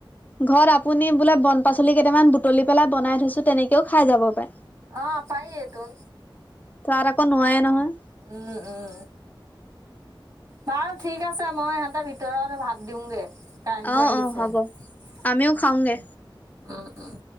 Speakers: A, on the left (about 20°); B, on the right (about 45°).
A: ঘত আপুনি বোলে বন পাচলি কেইটামান বুটলি পেলাই বনাই থৈছো, তেনেকেও খাই যাব পাই।
B: অ, পায়ে তুন।
A: তাত আকৌ নোৱায় নহয়।
B: উম। উম। বাৰু ঠিক আছে, মই সেতে ভিতৰত ভাত দিওঁগে। কাৰেণ্টো
A: অ
B: আহিছে।
A: অ হ'ব
B: উম
A: আমিও খাওঁগে।
B: উম, উম উম।